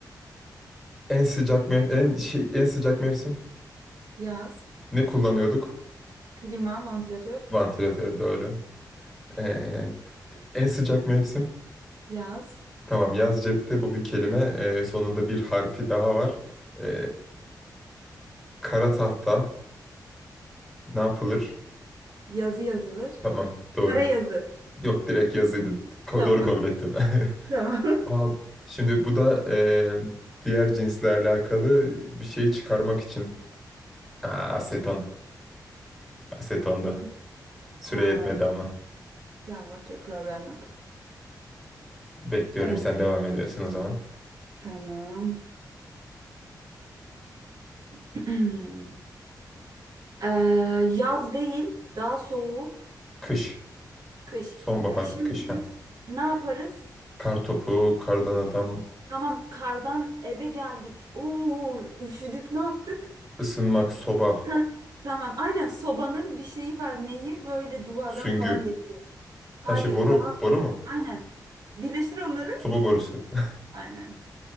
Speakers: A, in the centre; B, on the right (about 60°).
A: en sıcak mev en şey en sıcak mevsim
B: Yaz.
A: ne kullanıyorduk?
B: Klima, vantilatör.
A: Vantilatör doğru. Ee, en sıcak mevsim.
B: Yaz.
A: Tamam, yaz cepte bu bir kelime. Ee, sonunda bir harfi daha var. Ee, kara tahta ne yapılır?
B: Yazı yazılır.
A: Tamam, doğru.
B: Kara yazı.
A: Yok direkt yazıydı. Ko-
B: Tamam,
A: doğru kabul
B: okey.
A: ettim. <laughs>
B: Tamam.
A: Aa, şimdi bu da eee, diğer cinsle alakalı bir şeyi çıkarmak için. Aa, aseton. Aseton da.
B: <laughs>
A: Süre
B: Aa,
A: yetmedi ama.
B: Tamam okey problem yok.
A: Bekliyorum
B: Ee,
A: sen devam ediyorsun o zaman.
B: tamam. <clears throat> Ee, yaz değil daha soğuğu
A: Kış.
B: kış.
A: Sonbahar,
B: Kışın
A: kış
B: biz
A: ha.
B: ne yaparız?
A: Kar topu, kardan adam,
B: Tamam kardan eve geldik. Oo üşüdük ne yaptık?
A: ısınmak, soba,
B: Heh, tamam aynen sobanın bir şeyi var neyi böyle duvardan
A: süngü.
B: falan geçiyor. Hayır
A: Her şey boru.
B: daha
A: Boru mu?
B: aynen. Birleştir onları.
A: Soba borusu. <laughs>
B: Aynen.